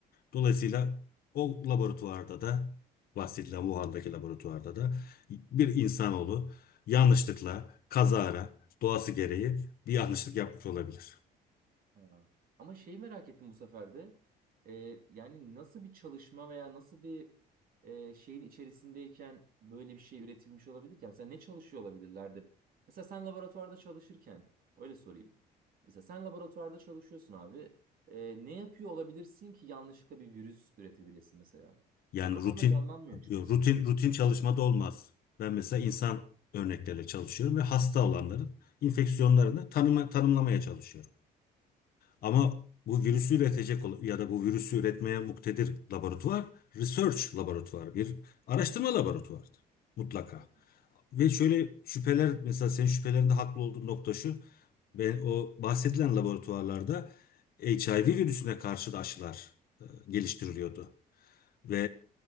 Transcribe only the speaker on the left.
Dolayısıyla o laboratuvarda da bahsedilen Wuhan'daki laboratuvarda da bir insanoğlu yanlışlıkla kazara doğası gereği bir yanlışlık yapmış olabilir.
Yani
rutin
rutin rutin çalışmada olmaz. Ben mesela insan örnekleriyle çalışıyorum ve hasta olanların enfeksiyonlarını tanıma, tanımlamaya çalışıyorum. Ama bu virüsü üretecek olan- ya da bu virüsü üretmeye muktedir laboratuvar, research laboratuvarı, bir araştırma laboratuvarıdır mutlaka.
Ve şöyle şüpheler mesela senin şüphelerinde haklı olduğun nokta şu. Ben o bahsedilen laboratuvarlarda HIV virüsüne karşı da aşılar e, geliştiriliyordu. Ve